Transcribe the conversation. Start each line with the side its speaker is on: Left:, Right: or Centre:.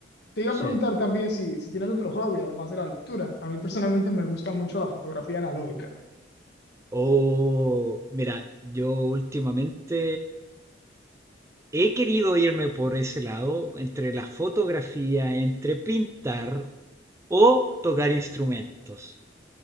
Left: Te iba
Right: Sí.
Left: a preguntar también si, si tienes otro hobby además de la lectura. A mí personalmente me gusta mucho la fotografía analógica.
Right: O, mira, yo últimamente he querido irme por ese lado, entre la fotografía, entre pintar o tocar instrumentos,